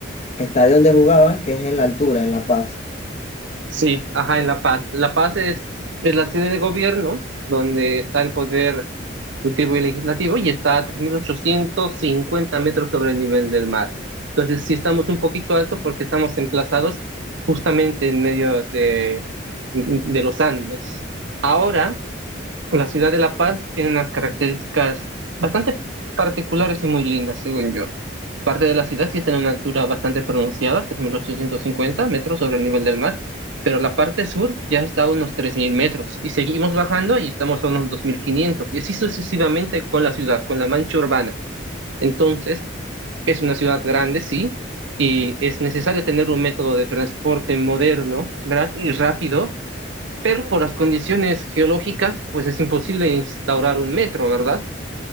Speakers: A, on the left; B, on the right.
A: estadio donde jugaban, que es en la altura, en La Paz.
B: Sí, ajá, en La Paz. La Paz es, es la sede de gobierno donde está el poder ejecutivo y legislativo y está a 3.850 metros sobre el nivel del mar. Entonces, sí estamos un poquito alto porque estamos emplazados justamente en medio de, de los Andes. Ahora, la ciudad de La Paz tiene unas características bastante particulares y muy lindas, según yo. Parte de la ciudad sí está en una altura bastante pronunciada, 3.850 metros sobre el nivel del mar, pero la parte sur ya está a unos 3.000 metros y seguimos bajando y estamos a unos 2.500 y así sucesivamente con la ciudad, con la mancha urbana. Entonces, es una ciudad grande, sí, y es necesario tener un método de transporte moderno, ¿verdad? Y rápido, pero por las condiciones geológicas, pues es imposible instaurar un metro, ¿verdad?